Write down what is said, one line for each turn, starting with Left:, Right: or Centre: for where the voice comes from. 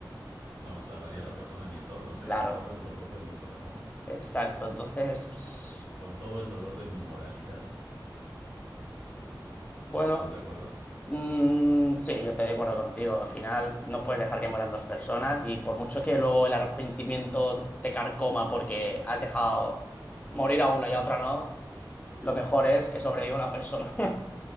Right: No, salvaría a la persona de mi entorno, o sea,
Left: Claro,
Right: con todo el dolor de mi corazón,
Left: exacto. Entonces,
Right: con todo el dolor de mi moralidad.
Left: bueno,
Right: ¿Estás de acuerdo?
Left: mm, sí, yo estoy de acuerdo contigo. Al final no puedes dejar que mueran dos personas y por mucho que luego el arrepentimiento te carcoma porque has dejado morir a una y a otra no, lo mejor
Right: Exacto,
Left: es que sobreviva una persona. <laughs>